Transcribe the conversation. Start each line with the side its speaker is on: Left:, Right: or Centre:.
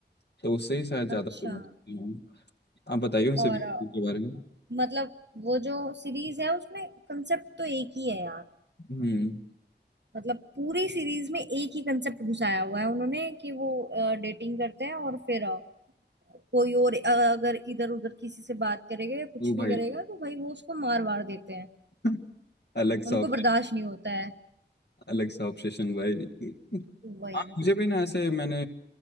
Left: तो उससे ही शायद ज्यादा
Right: अच्छा
Left: फेमस हूँ आप बताइए उनसे
Right: और
Left: भी के
Right: अ,
Left: बारे में
Right: मतलब वो जो सीरीज है उसमें कंसेप्ट तो एक ही है यार
Left: हम्म
Right: मतलब पूरी सीरीज में एक ही कंसेप्ट घुसाया हुआ है उन्होंने कि वो डेटिंग करते हैं और फिर अ, कोई और अ, अगर इधर उधर किसी से बात करेगा या कुछ
Left: वो
Right: भी
Left: भाई
Right: करेगा तो भाई वो उसको मार वार देते हैं
Left: <laughs> अलग सा
Right: उनको
Left: obsession-
Right: बर्दाश्त नहीं होता है
Left: अलग सा ऑब्सेशन भाई
Right: वही
Left: हाँ मुझे भी ना ऐसे मैंने